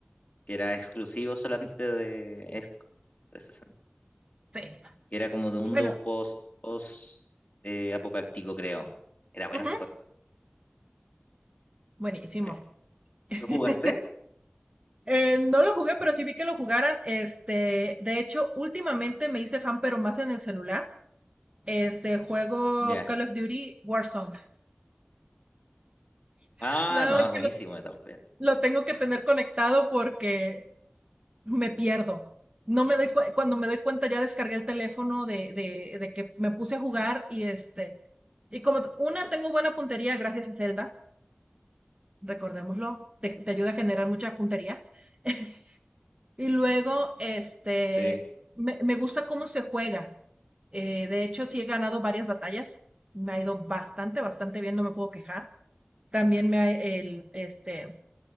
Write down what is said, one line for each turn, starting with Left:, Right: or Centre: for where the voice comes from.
Left: que era exclusivo solamente de Xbox 360,
Right: sí.
Left: que era como de un mundo
Right: Bueno,
Left: post, post eh, apocalíptico, creo. Era bueno
Right: ujú,
Left: ese juego.
Right: buenísimo.
Left: sí.
Right: <laughs>
Left: ¿Lo jugaste?
Right: Eh, no lo jugué, pero sí vi que lo jugaran. Este, de hecho, últimamente me hice fan, pero más en el celular. Este, juego
Left: Ya.
Right: Call of Duty Warzone. <laughs>
Left: Ah,
Right: Nada
Left: no,
Right: más
Left: es
Right: que
Left: buenísimo
Right: lo,
Left: también.
Right: lo tengo que tener conectado porque me pierdo. No me doy cue- cuando me doy cuenta ya descargué el teléfono de, de, de que me puse a jugar y este, y como t- una tengo buena puntería gracias a Zelda. recordémoslo, te, te ayuda a generar mucha puntería. <laughs> y luego, este,
Left: Sí,
Right: me, me gusta cómo se juega. Eh, de hecho, sí he ganado varias batallas. Me ha ido bastante, bastante bien, no me puedo quejar. También me ha, el, este,